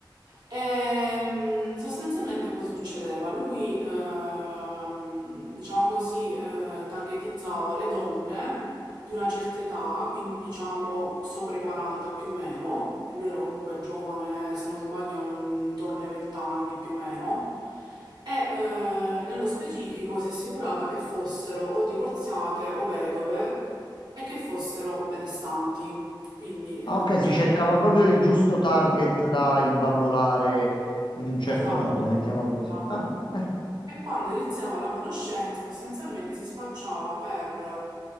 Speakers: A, on the right (about 55°); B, on the left (about 70°).
A: E, sostanzialmente cosa succedeva? Lui, ehm, diciamo così, eh, targetizzava le donne di una certa età, quindi diciamo sopra i 40 più o meno, e lui era comunque giovane, se non sbaglio intorno ai 20 anni più o meno, e eh, nello specifico si assicurava che fossero o divorziate o vedove e che fossero benestanti, quindi eh,
B: Ah, ok, si
A: già
B: cercava
A: diciamo...
B: proprio il giusto target da imbambolare in un certo
A: Esatto,
B: modo, mettiamolo così.
A: esatto.
B: Ah, bene.
A: E quando iniziava la conoscenza, sostanzialmente si spacciava per